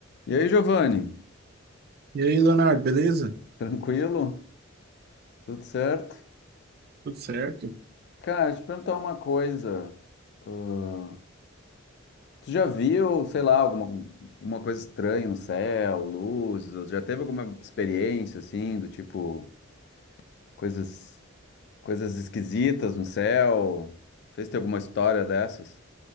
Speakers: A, on the left; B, on the right.
A: E aí, Giovanni?
B: E aí, Leonardo, beleza?
A: Tranquilo? Tudo certo?
B: Tudo certo?
A: Cara, te perguntar uma coisa. Ah, tu já viu, sei lá, alguma, alguma coisa estranha no céu, luzes? ou Já teve alguma experiência assim, do tipo, coisas, coisas esquisitas no céu? Não sei se tem alguma história dessas.